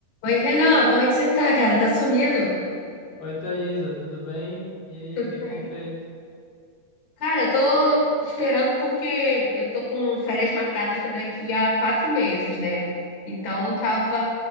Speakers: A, on the left; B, on the left.
A: Oi, Renan, como é que você tá, cara? Tá sumido?
B: Oi, Thaisa, tudo bem? E aí,
A: Tudo
B: o que
A: bem.
B: que tem feito?
A: Cara, eu tô esperando porque eu tô com férias marcadas pra daqui a quatro meses, né? Então, eu tava